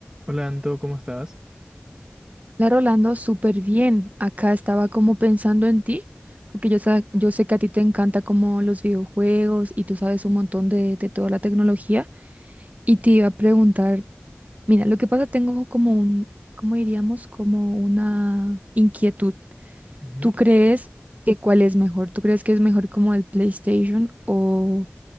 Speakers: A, on the right (about 20°); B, on the right (about 40°).
A: Hola Anto, ¿cómo estás?
B: La Rolando, súper bien. Acá estaba como pensando en ti, porque yo, sa- yo sé que a ti te encanta como los videojuegos y tú sabes un montón de, de toda la tecnología. Y te iba a preguntar, mira, lo que pasa, tengo como un, ¿cómo diríamos? Como una inquietud.
A: Ujú.
B: ¿Tú crees que cuál es mejor? ¿Tú crees que es mejor como el PlayStation o